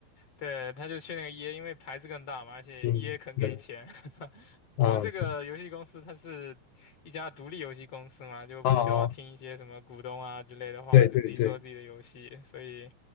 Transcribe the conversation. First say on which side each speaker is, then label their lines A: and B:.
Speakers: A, on the left; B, on the left.
A: 对，他就去那个 EA，因为牌子更大嘛，而且
B: 嗯，
A: EA 肯给钱。
B: 是的，
A: <laughs> 我们这个游戏公司它是一家独立游戏公司嘛，
B: 啊
A: 就不需要听一些什么股东啊之类的话，
B: 啊啊，哦对对对，
A: 就自己做自己的游戏，所以